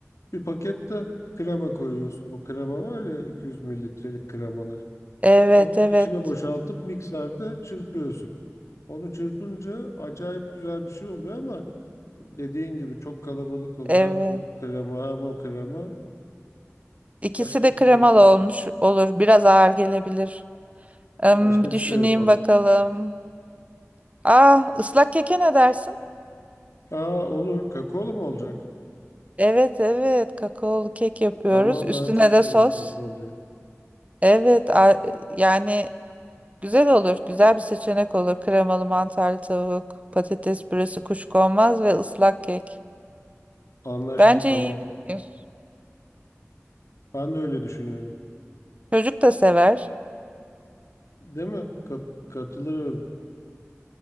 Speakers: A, on the left; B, on the right.
A: Bir paket de krema koyuyorsun. Bu krema var ya 200 mililitrelik kremalar.
B: Evet
A: Kabını
B: evet
A: içine boşaltıp mikserde çırpıyorsun. Onu çırpınca acayip güzel bir şey oluyor ama dediğin gibi çok kalabalık olur.
B: evet.
A: Hem o krema hem o krema.
B: İkisi
A: Başka
B: de
A: bir şey
B: kremalı
A: yapalım.
B: olmuş olur. Biraz ağır gelebilir. Hmm,
A: Başka
B: bir düşüneyim
A: bir şey yapalım.
B: bakalım. Ah ıslak keke ne dersin?
A: Aa olur. Kakaolu mu olacak?
B: Evet evet kakaolu kek yapıyoruz.
A: Tamam
B: Üstüne
A: ben çok
B: de
A: severim
B: sos.
A: kakaoluyu.
B: Evet a- yani Güzel olur. Güzel bir seçenek olur. Kremalı mantarlı tavuk, patates püresi, kuşkonmaz ve ıslak kek.
A: Anlaştık
B: Bence
A: tamam.
B: iyi fikir.
A: Ben de öyle düşünüyorum.
B: Çocuk da sever.
A: Değil mi? Ka- katılıyorum.